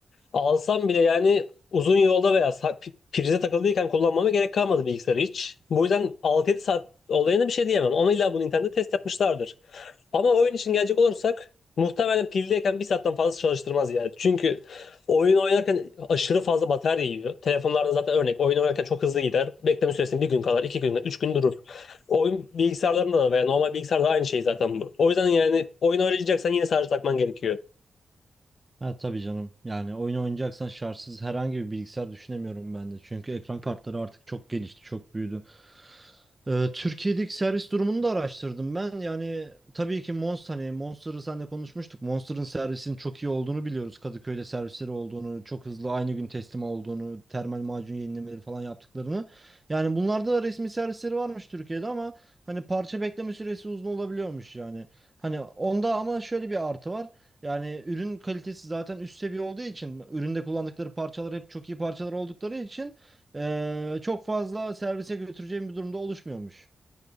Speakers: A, on the left; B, on the right.
A: Alsam bile yani uzun yolda veya sa- pi- prize takıldıyken kullanmama gerek kalmadı bilgisayarı hiç. Bu yüzden 6-7 saat olayına bir şey diyemem. Onu illa bu Nintendo test yapmışlardır. Ama oyun için gelecek olursak muhtemelen pildeyken bir saatten fazla çalıştırmaz yani. Çünkü oyun oynarken aşırı fazla batarya yiyor. Telefonlarda zaten örnek oyun oynarken çok hızlı gider. Bekleme süresi bir gün kadar, iki gün, üç gün durur. Oyun bilgisayarlarında da veya normal bilgisayarda da aynı şey zaten bu. O yüzden yani oyun oynayacaksan yine sadece takman gerekiyor.
B: Ha tabii canım yani oyun oynayacaksan şartsız herhangi bir bilgisayar düşünemiyorum ben de çünkü ekran kartları artık çok gelişti çok büyüdü Ee, Türkiye'deki servis durumunu da araştırdım ben. Yani tabii ki Monster hani Monster'ı seninle konuşmuştuk. Monster'ın servisinin çok iyi olduğunu biliyoruz. Kadıköy'de servisleri olduğunu, çok hızlı aynı gün teslim olduğunu, termal macun yenilemeleri falan yaptıklarını. Yani bunlarda da resmi servisleri varmış Türkiye'de ama hani parça bekleme süresi uzun olabiliyormuş yani. Hani onda ama şöyle bir artı var. Yani ürün kalitesi zaten üst seviye olduğu için, üründe kullandıkları parçalar hep çok iyi parçalar oldukları için ee, çok fazla servise götüreceğim bir durumda oluşmuyormuş.